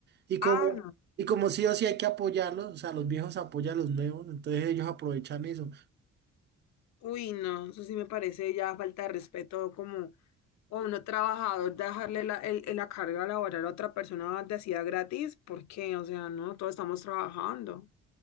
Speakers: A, on the right (about 35°); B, on the left (about 65°).
A: Y como,
B: Ah, no.
A: y como sí o sí hay que apoyarlos, o sea, los viejos apoyan a los nuevos, entonces ellos aprovechan eso.
B: Uy, no, eso sí me parece ya falta de respeto como a uno trabajador dejarle la, el- el- la carga laboral a otra persona de hacía gratis, porque, o sea, no, todos estamos trabajando.